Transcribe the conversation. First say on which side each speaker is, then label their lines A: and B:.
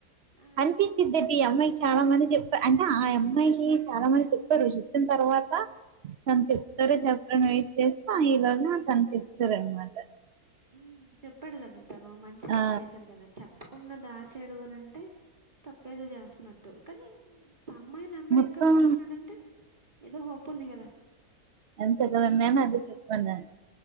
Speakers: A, on the right (about 30°); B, on the right (about 50°).
A: ఆ
B: అనిపిచిద్ద
A: నీకు నీకు
B: ఈ అమ్మాయికి చాలా మంది చెప్ప అంటే ఆ అమ్మాయి అమ్మాయికి చాలా మంది చెప్పారు చెప్పిన తర్వాత తను చెప్తారు చెప్పారో అని వెయిట్ చేస్తా ఈ లోగా తను చెప్ సారు అనమాట
A: ఉ చెప్పాడు కదా తను మంచి పని
B: ఆ
A: చేశాడు కదా చెప్ప కుండా దాచాడు అని అంటే తప్పేదో చేస్తున్నట్టు కానీ ఆ అమ్మాయి నంబర్
B: మొత్తం
A: ఇంకా ఉంచుకున్నాడంటే ఏదో హోప్ ఉంది కదా
B: అంత కదన్నానా చెప్ప అనన్